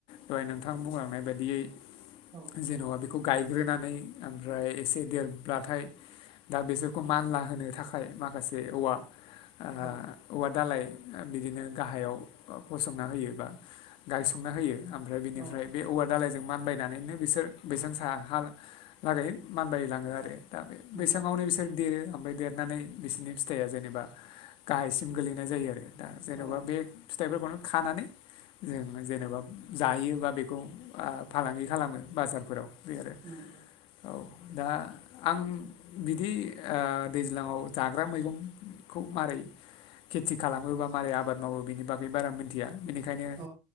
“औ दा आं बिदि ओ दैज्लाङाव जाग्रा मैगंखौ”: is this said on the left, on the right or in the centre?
Left